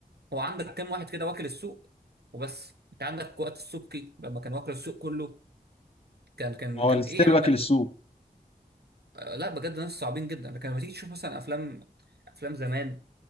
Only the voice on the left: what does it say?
هو
ستيل
واكل السوق